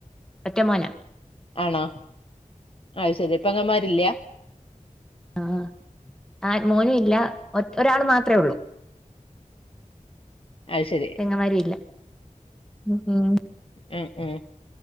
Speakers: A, in the centre; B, on the left.
A: ഒറ്റമോന
B: ആണോ ആത് ശരി പെങ്ങമാരില്ല
A: ആഹ് ആഹ് മോൻ ഇല്ല ഒ ഒരാൾ മാത്രമേ ഉള്ളൂ
B: അത് ശരി
A: പെങ്ങമാരില്ല ഉം ഉം
B: ഉം ഉം